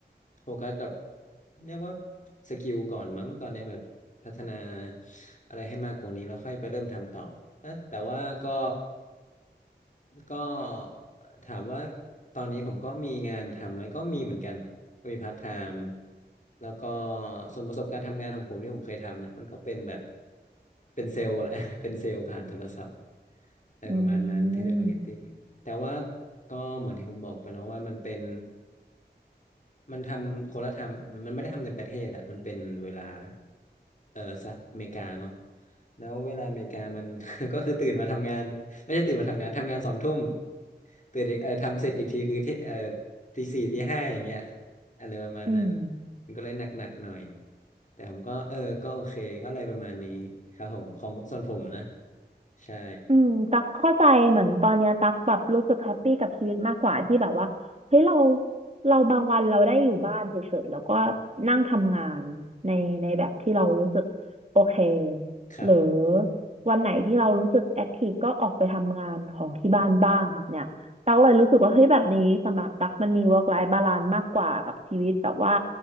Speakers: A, on the left; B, on the right.
A: โฟกัสกับเรียกว่าสกิลก่อนมั้งตอนนี้แบบพัฒนาอะไรให้มากกว่านี้แล้วค่อยไปเริ่มทำต่อนะแต่ว่าก็ก็ถามว่าตอนนี้ผมก็มีงานทำไหมก็มีเหมือนกัน ก็มีพาร์ทไทม์แล้วก็ส่วนประสบการณ์ทำงานของผมที่ผมเคยทำนะมันก็เป็นแบบเป็นเซลล์แหละ <laughs> เป็นเซลล์ผ่านโทรศัพท์ อะไรประมาณนั้นเทเลมาร์เก็ตติ้งแต่ว่า
B: อืม
A: ก็เหมือนที่ผมบอกไปเนาะว่ามันเป็นมันทำคนละทำมันไม่ได้ทำในประเทศอะมันเป็นเวลาเออสหรัฐอเมริกาเนาะแล้วเวลาอเมริกามัน <laughs> ก็คือตื่นมาทำงานไม่ใช่ตื่นมาทำงานทำงานสองทุ่มตื่นอีกเออทำเสร็จอีกทีคือที่เออตีสี่ตีห้าอย่างเงี้ยอะไรประมาณนั้น
B: อืม
A: มันก็เลยหนักๆหน่อยแต่ผมก็เออก็โอเคก็อะไรประมาณนี้ครับผมของส่วนผมนะใช่
B: อืมตักเข้าใจเหมือนตอนเนี้ยตักแบบรู้สึกแฮปปี้กับชีวิตมากกว่าที่แบบว่าเฮ้ยเราเราบางวันเราได้อยู่บ้านเฉยๆแล้วก็นั่งทำงานในในแบบที่เรารู้สึกโอเค
A: ครับ
B: หรือวันไหนที่เรารู้สึกแอคทีฟก็ออกไปทำงานของที่บ้านบ้างแบบเนี้ยตักเลยรู้สึกว่าเฮ้ยแบบนี้สำหรับตักมันมี work life balance มากกว่ากับชีวิตแบบว่า